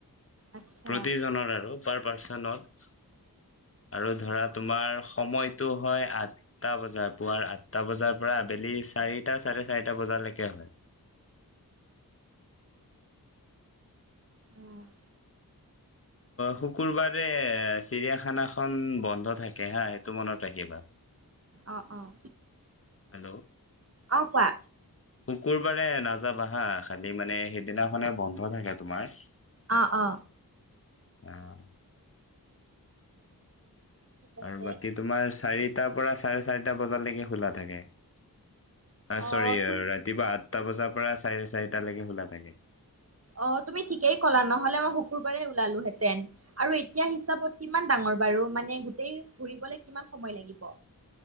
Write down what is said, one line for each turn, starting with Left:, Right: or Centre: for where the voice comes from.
Right: আচ্ছা
Left: প্ৰতিজনৰ আৰু। পাৰ পাৰ্চনত আৰু ধৰা তোমাৰ সময়তটো হয় আঠটা বজাৰ। পুৱাৰ আঠটা বজাৰ পৰা আবেলি চাৰিটা চাৰে চাৰিটা বজালৈকে হয়।
Right: অহ ',
Left: শুকুৰবাৰে চিৰিয়াখানাখন বন্ধ থাকে হা সেইটো মনত ৰাখিবা।
Right: অহ - অহ
Left: হেল্ল'
Right: অহ ', কোৱা?
Left: শুকুৰবাৰে নাযাবা হা খালি মানে সেইদিনাখনে বন্ধ থাকে তোমাৰ।
Right: অ অ
Left: অহ ',
Right: ঠিক আছে
Left: আৰু বাকী তোমাৰ চাৰ। আটাৰ পৰা চাৰে চাৰিটা বজালৈকে খোলা থাকে। অহ ',
Right: অ
Left: চৰি
Right: তুম
Left: ৰাতিপুৱা আ সাতটা বজাৰ পৰা চাৰে চাৰিটালৈকে খোলা থাকে।
Right: অহ ', তুমি ঠিকেই ক'লা নহ'লে মই শুকুৰবাৰে ওলালোহেতেন। আৰু এতিয়া হিচাপত কিমান ডাঙৰ বাৰু মানে গোটেই। ঘুৰিবলে কিমান সময় লাগিব।